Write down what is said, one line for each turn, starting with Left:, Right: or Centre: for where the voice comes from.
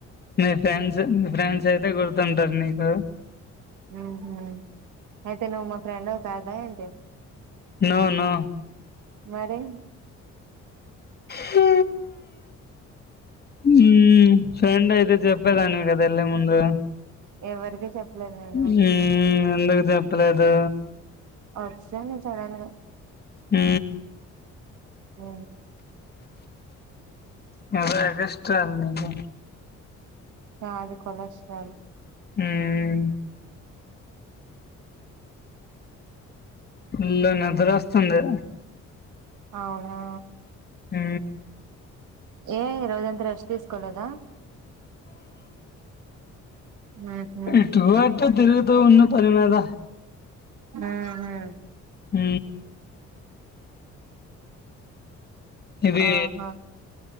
Left: మీ ఫ్రెండ్స్ మీ ఫ్రెండ్స్ అయితే గుర్తుంటారు నీకు
Right: మ్ హ్మ్ అయితే నువ్ మా ఫ్రెండ్ వి కాదా ఏంటి
Left: నో నో
Right: మరి
Left: హ మ్ ఫ్రెండ్ అయితే చెప్పేదానివి కదా ఎల్లే ముందు
Right: ఎవరికి చెప్పలేదు నేను
Left: మ్మ్ ఎందుకు చెప్పలేదు
Right: ఒచ్సను సడన్ గా
Left: ఊ
Right: ఆ
Left: బాగా ఎగస్ట్రాలు నీకు
Right: బాగా కొలస్ట్రాలు
Left: ఊ ఊ ఫుల్లు నిద్ర వస్తుంది
Right: అవునా
Left: ఊ
Right: ఏ ఇరోజంత రెస్ట్ తీస్కోలదా మ్ హు
Left: ఇట్ర అటు తిరుగుతూ ఉన్న పని మీద
Right: ఉహు
Left: ఊ ఇది
Right: ఆహా